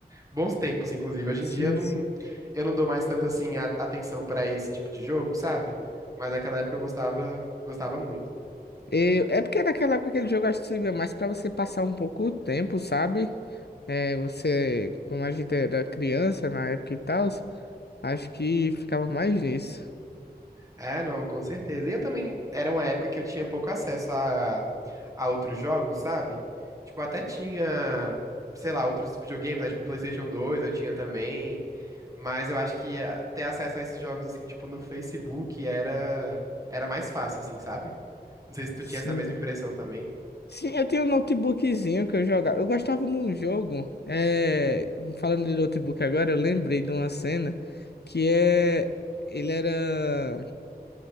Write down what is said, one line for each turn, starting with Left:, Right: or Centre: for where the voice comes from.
Right: Bons tempos, inclusive. Hoje
Left: Sim,
Right: em dia eu não,
Left: sim.
Right: eu não dou mais tanto assim a- atenção pra esse tipo de jogo, sabe? Mas naquela época eu gostava, gostava muito.
Left: Eu- É porque naquela época aquele jogo eu acho que servia mais pra você passar um pouco o tempo, sabe? É, você, como a gente era criança na época e tal, acho que ficava mais nisso.
Right: É, não, com certeza. E eu também era uma época que eu tinha pouco acesso a, a outros jogos, sabe? Tipo, eu até tinha, sei lá, outros videogames, né? Tipo, PlayStation 2 eu tinha também. Mas eu acho que eh, ter acesso a esses jogos assim, tipo, no Facebook era era mais fácil assim, sabe? Não sei se tu
Left: Sim.
Right: tinha essa mesma impressão também.
Left: Sim, eu tinha um notebookzinho que eu jogava. Eu gostava de um jogo. É... Falando de notebook agora, eu lembrei de uma cena que é. Ele era